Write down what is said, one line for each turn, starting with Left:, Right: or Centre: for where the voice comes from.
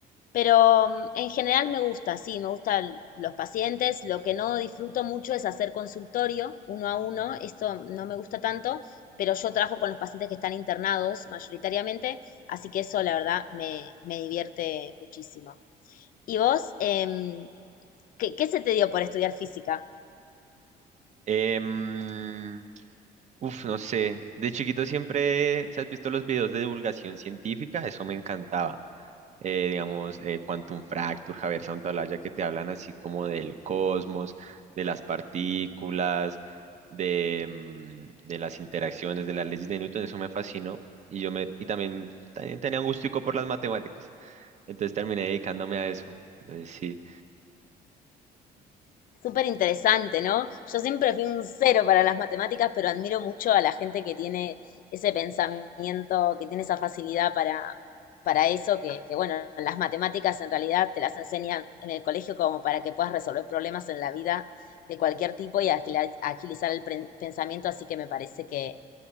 Left: pero mm, en general me gusta, sí, me gustan los pacientes, lo que no disfruto mucho es hacer consultorio uno a uno, esto no me gusta tanto, pero yo trabajo con los pacientes que están internados mayoritariamente. Así que eso, la verdad, me, me divierte muchísimo. ¿Y vos, em, qué, qué se te dio por estudiar física?
Right: Em, Uf, no sé. De chiquito siempre, si has visto los videos de divulgación científica, eso me encantaba. Eh, digamos, eh, Quantum Fracture, Javier Santaolalla, que te hablan así como del cosmos, de las partículas, de, mm, de las interacciones, de las leyes de Newton, eso me fascinó. Y yo me, y también, también tenía un gustico por las matemáticas. Entonces terminé dedicándome a eso. Entonces, sí.
Left: Súper interesante, ¿no? Yo siempre fui un cero para las matemáticas, pero admiro mucho a la gente que tiene ese pensamiento, que tiene esa facilidad para, para eso, que, que bueno, las matemáticas en realidad te las enseñan en el colegio como para que puedas resolver problemas en la vida de cualquier tipo y agila- agilizar el pren- pensamiento, así que me parece que,